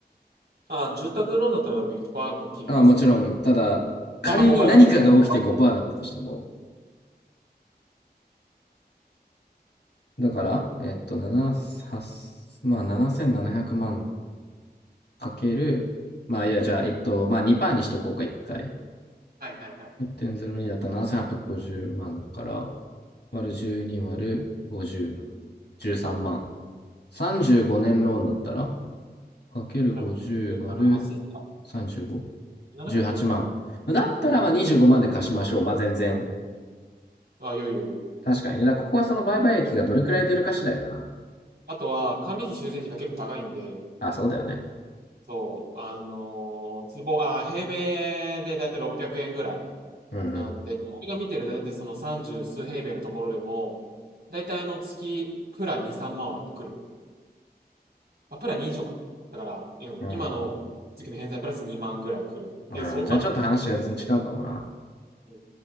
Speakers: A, on the right (about 75°); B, on the left (about 90°).
A: あ、住宅ローンだったら多分1%なんか切りますね。
B: ああ、もちろん。ただ、仮に何かが起きて5%
A: あ、まあごパーセントあ
B: だったとしても。だから、えっと、7、8まあ7700万かける、まあいや、じゃあ、えっと、まあ2%にしとこうか、1回。
A: はいはいはい。
B: 1.02だったら7850万だから、割る12割る50、
A: うん。
B: 13万。35年ローンだったら
A: うん。
B: かける50割る
A: それは、7、8、
B: 35、
A: な7ぐらいかな。
B: 18万。じゅうはちまあだったらまあ25万で貸しましょう。
A: うん。
B: まあ全然。
A: あ、よいよいよい。
B: 確かにね。だからここはその売買益がどれくらい出るか次第だな。
A: あとは、管理費、修繕費が結構高いんで、
B: あ、そうだよね。
A: そう、あのー坪、あ平米でだいたい600円ぐらい
B: うん
A: なんで、俺が見てるだいたいその30数平米のところでも、だいたいあの月、プラ2、3万はやっぱ来る。あ、プラ認証か。だから、うん、
B: うん。
A: 今の月の返済プラス2万ぐらい来るっていう、
B: うん。
A: そう、
B: うん、じゃあちょっと話が全然違うかもな。
A: まあ、
B: っ
A: うん